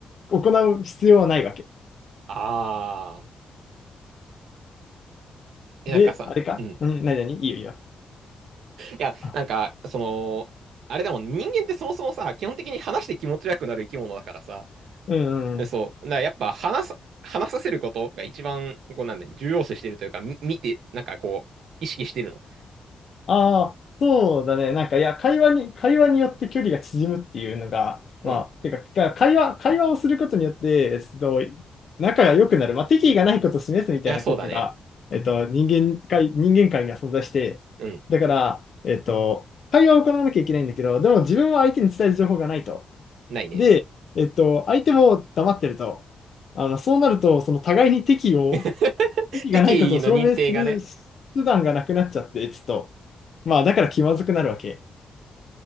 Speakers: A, on the left; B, on the right.
A: 行う必要はないわけ。
B: ああ。え、
A: で、
B: なんかさ、
A: あれかうん、
B: うん。い
A: 何々いいよいいよ。
B: や、
A: あ
B: なんか、その、あれでも人間ってそもそもさ、基本的に話して気持ち悪くなる生き物だからさ、
A: うんうんうん。
B: でそう。だからやっぱ話さ、話させることが一番、こうなんだ、重要視してるというか、み見て、なんかこう、意識してるの。
A: ああ、そうだね。なんか、いや、会話に、会話によって距離が縮むっていうのが、
B: うん。
A: まあ、
B: い
A: てか、か会話、会話をすることによって、えっと、仲が良くなる、まあ、敵意がないことを示すみたいな効果が、
B: や、そうだね。
A: えっと、人間界、人間界には存在して、
B: うん。
A: だから、えっと、会話を行わなきゃいけないんだけど、でも自分は相手に伝える情報がないと。
B: ないね。
A: で、えっと、相手も黙ってると。あの、そうなると、その互いに敵意を
B: <laughs>
A: 意がないことを証明する
B: 敵意の認定がね。
A: 手段がなくなっちゃって、ちょっと、まあ、だから気まずくなるわけ。